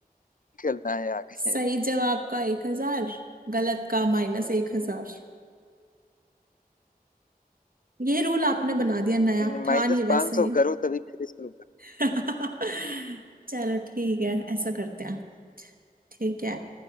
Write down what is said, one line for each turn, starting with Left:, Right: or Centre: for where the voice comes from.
Left: खेलना है आगे
Right: सही जवाब का एक हजार गलत का माइनस एक हजार ये रूल आपने बना दिया नया
Left: नहीं माइनस
Right: था नहीं
Left: पाँच
Right: वैसे
Left: सौ
Right: ये
Left: करो तभी फिर इसका
Right: <laughs> चलो ठीक है ऐसा करते हैं ठीक है